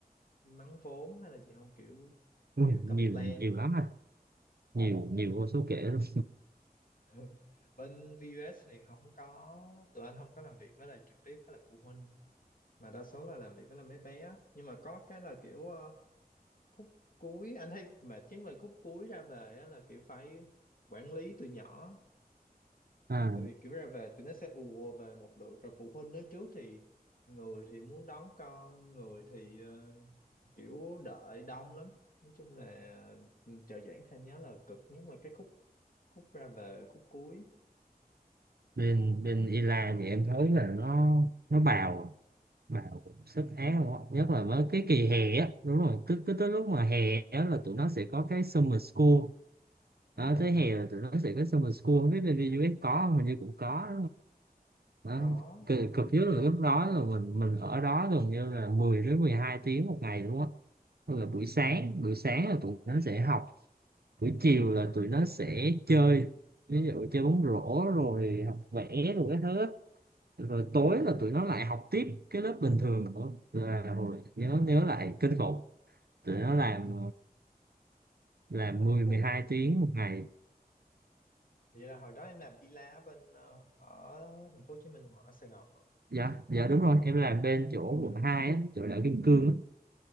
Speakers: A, on the left; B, on the right.
A: mắng vốn hay là gì không kiểu
B: Ui,
A: kiểu
B: nhiều
A: complain
B: nhiều lắm anh nhiều
A: Ừ.
B: nhiều vô số kể luôn
A: <laughs> Bên VUS thì không có tụi anh không có làm việc với lại trực tiếp với lại phụ huynh mà đa số là làm việc với lại mấy bé á. nhưng mà có cái là kiểu ờ, khúc cuối anh thấy mà chính là khúc cuối ra về á, là kiểu phải quản lý tụi nhỏ
B: à,
A: tại vì kiểu ra về tụi nó sẽ ùa về một lượt rồi phụ huynh nó trước thì người thì muốn đón con người thì ờ, kiểu đợi đông lắm nói chung là ừ, trợ giảng thêm nhớ là cực nhất là cái khúc khúc ra về khúc cuối
B: bên bên ILA thì em thấy là nó nó bào bào sức án luôn á. nhất là với cái kỳ hè á đúng rồi cứ cứ tới lúc mà hè á là tụi nó sẽ có cái summer school
A: ừ
B: đó, tới hè là tụi nó sẽ có summer school không biết bên US có không hình như cũng có đó.
A: có
B: Cực, cực nhất là lúc đó là mình mình ở đó gần như là 10 đến 12 tiếng một ngày luôn á Tức là buổi sáng buổi sáng là tụi nó sẽ học buổi chiều là tụi nó sẽ chơi ví dụ chơi bóng rổ rồi học vẽ rồi cái thứ á. rồi tối
A: ừ.
B: là tụi nó lại học tiếp cái lớp bình thường nữa là hồi nhớ nhớ lại kinh khủng tụi nó làm làm mười
A: ủa
B: mười hai tiếng một ngày
A: vậy là hồi đó em làm y lá bên ờ, ở thành phố Hồ Chí Minh hoặc ở Sài Gòn hả?
B: dạ dạ đúng rồi em làm bên chỗ quận 2 á chỗ đảo Kim Cương á